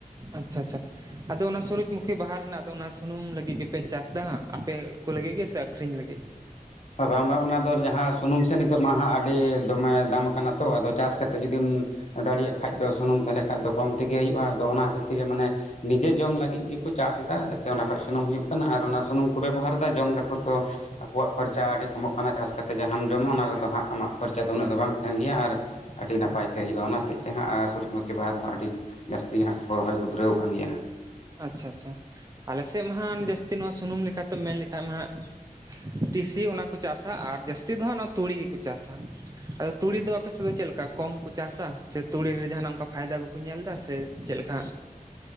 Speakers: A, on the right; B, on the left.
A: ᱟᱪᱪᱷᱟ ᱟᱪᱪᱷᱟ᱾ ᱟᱫᱚ ᱚᱱᱟ ᱥᱩᱨᱩᱡᱽ ᱢᱩᱠᱷᱤ ᱵᱟᱦᱟ ᱨᱮᱱᱟᱜ ᱫᱚ ᱚᱱᱟ ᱥᱩᱱᱩᱢ ᱞᱟᱹᱜᱤᱫ ᱜᱮᱯᱮ ᱪᱟᱥᱫᱟ ᱦᱟᱸᱜ ᱟᱯᱮ ᱠᱚ ᱞᱟᱹᱜᱤᱫ ᱜᱮᱥᱮ ᱟᱹᱠᱷᱨᱤᱧ ᱞᱟᱹᱜᱤᱫ?
B: ᱵᱟᱝ ᱵᱟᱝ ᱚᱱᱟ ᱫᱚ ᱡᱟᱦᱟᱸ ᱥᱩᱱᱩᱢ ᱥᱮ ᱱᱤᱛᱚᱜ ᱢᱟ ᱦᱟᱸᱜ ᱟᱹᱰᱤ ᱫᱚᱢᱮ ᱫᱟᱢ ᱟᱠᱟᱱᱟ ᱛᱚ ᱟᱫᱚ ᱪᱟᱥ ᱠᱟᱛᱮᱫ ᱡᱩᱫᱤᱢ ᱫᱟᱲᱮᱭᱟᱜ ᱠᱷᱟᱡ ᱫᱚ ᱥᱩᱱᱩᱢ ᱛᱟᱦᱞᱮ ᱠᱷᱟᱡ ᱫᱚ ᱠᱚᱢ ᱛᱮᱜᱮ ᱦᱩᱭᱩᱜᱼᱟ ᱾ ᱟᱫᱚ ᱚᱱᱟ ᱦᱚᱛᱮᱡ ᱛᱮᱜᱮ ᱢᱟᱱᱮ ᱱᱤᱡᱮ ᱡᱚᱢ ᱞᱟᱹᱜᱤᱫ ᱜᱮ᱾ ᱠᱚ ᱪᱟᱥ ᱮᱫᱟ ᱡᱟᱛᱮ ᱚᱱᱟ ᱠᱷᱚᱡ ᱥᱩᱱᱩᱢ ᱦᱳᱭᱳᱜ ᱠᱟᱱᱟ ᱟᱨ ᱚᱱᱟ ᱥᱩᱱᱩᱢ ᱠᱚ ᱵᱮᱵᱚᱦᱟᱨ ᱮᱫᱟ ᱡᱚᱢ ᱫᱟᱠᱩ ᱛᱚ ᱟᱠᱚᱣᱟᱜ ᱠᱷᱚᱨᱪᱟ ᱟᱹᱰᱤ ᱠᱚᱢᱚᱜ ᱠᱟᱱᱟ ᱪᱟᱥ ᱠᱟᱛᱮ ᱜᱮ ᱡᱟᱦᱟᱢ ᱡᱚᱢᱟ ᱚᱱᱟ ᱨᱮᱫᱚ ᱦᱟᱸᱜ ᱟᱢᱟᱜ ᱠᱷᱚᱨᱪᱟ ᱫᱚ ᱩᱱᱟᱹᱜ ᱫᱚ ᱵᱟᱝ ᱛᱟᱦᱮᱱ ᱜᱮᱭᱟ ᱟᱨ ᱟᱹᱰᱤ ᱱᱟᱯᱟᱭ ᱛᱮ ᱦᱩᱭᱳᱜᱼᱟ ᱚᱱᱟ ᱦᱚᱛᱮᱡ ᱛᱮ ᱦᱟᱸᱜ ᱟᱨ ᱥᱩᱨᱩᱡᱽ ᱢᱩᱠᱷᱤ ᱵᱟᱦᱟ ᱫᱚ ᱦᱟᱸᱜ ᱟᱹᱰᱤ ᱡᱟᱹᱥᱛᱤ ᱜᱮ ᱦᱟᱸᱜ ᱠᱚ ᱨᱚᱦᱚᱭ ᱠᱚ ᱫᱷᱩᱨᱟᱹᱣ ᱠᱟᱱ ᱜᱮᱭᱟ ᱦᱟᱸᱜ᱾
A: ᱟᱪᱪᱷᱟ ᱟᱪᱪᱷᱟ ᱟᱞᱮ ᱥᱮᱫ ᱢᱟ ᱦᱟᱸᱜ ᱡᱟᱹᱥᱛᱤ ᱱᱚᱣᱟ ᱥᱩᱱᱩᱢ ᱞᱮᱠᱟᱛᱮᱢ ᱢᱮᱱ ᱞᱮᱠᱷᱟᱱ ᱢᱟᱦᱟᱜ ᱴᱤᱥᱤ ᱚᱱᱟ ᱠᱚ ᱪᱟᱥᱟ ᱟᱨ ᱡᱟᱹᱥᱛᱤ ᱫᱚ ᱱᱟᱦᱟᱸᱜ ᱚᱱᱟ ᱛᱩᱲᱤ ᱜᱤᱠᱩ ᱪᱟᱥᱟ ᱟᱫᱚ ᱛᱩᱲᱤ ᱫᱚ ᱟᱯᱮᱥᱮᱫ ᱫᱚ ᱪᱮᱫ ᱞᱮᱠᱟ ᱠᱚᱢ ᱠᱚ ᱪᱟᱥᱟ ᱥᱮ ᱛᱩᱲᱤ ᱨᱮ ᱡᱟᱸᱦᱟᱱᱟᱜ ᱚᱱᱠᱟ ᱯᱷᱟᱭᱫᱟ ᱵᱟᱠᱩ ᱧᱮᱞ ᱫᱟ ᱥᱮ ᱪᱮᱫ ᱞᱮᱠᱟ?